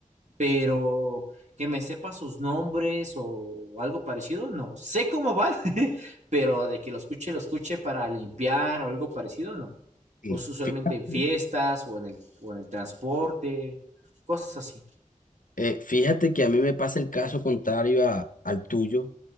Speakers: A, on the right; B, on the left.
A: pero que me sepa sus nombres o algo parecido, no sé cómo van <laughs> pero de que lo escuche, lo escuche para limpiar o algo parecido, no.
B: No.
A: o es usualmente
B: Fíjate.
A: en fiestas o en el, o en el transporte, cosas así.
B: Eh, fíjate que a mí me pasa el caso contrario a- al tuyo,